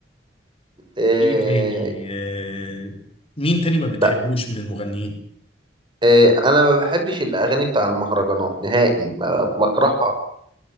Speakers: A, on the right (about 25°); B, on the left (about 30°).
A: إيه
B: ايه تاني آه مين تاني ما بتحبوش
A: بقى
B: من المغنيين
A: إيه أنا ما بحبش الأغاني بتاع المهرجانات نهائي ما بكرهها